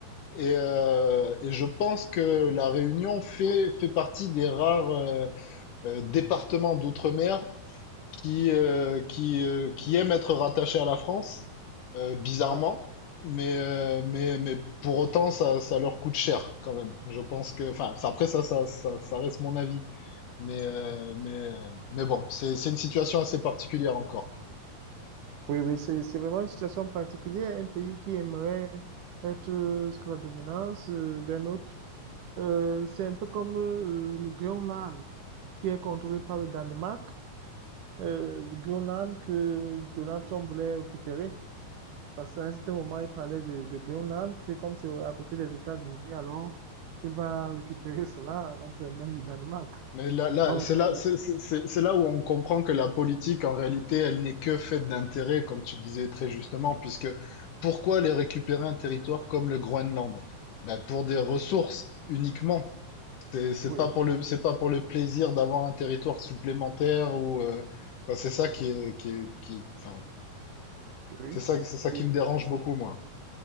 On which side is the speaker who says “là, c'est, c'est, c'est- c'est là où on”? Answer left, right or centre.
Left